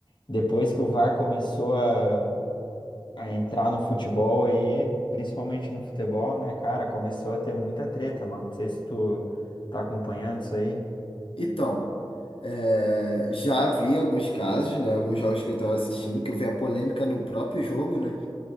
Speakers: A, on the left; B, on the left.
A: Depois que o VAR começou a, a entrar no futebol aí, principalmente no futebol, né, cara, começou a ter muita treta, mano. Não sei se tu tá acompanhando isso aí.
B: Então, é, já vi alguns casos, né? Alguns jogos que eu tava assistindo, que eu vi a polêmica no próprio jogo, né?